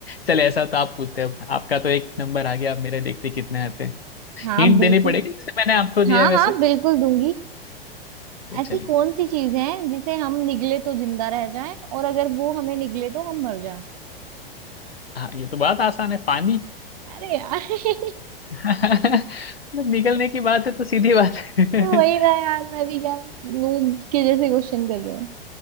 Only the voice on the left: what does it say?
चले ऐसा तो आप पूछते हो आपका तो एक नंबर आ गया अब मेरे देखते कितने आते हैं
हिंट
देनी पड़ेगी जैसे मैंने आपको दिया
है वैसे
ये
चलिए
हाँ ये तो बात आसान है पानी <laughs>
मतलब निकलने की बात है तो सीधी बात है
<laughs>